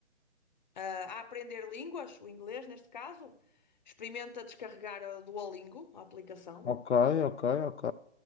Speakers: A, on the left; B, on the left.
A: ah, a aprender línguas, o inglês neste caso, experimenta descarregar a Duolingo, a aplicação.
B: ok, ok, ok.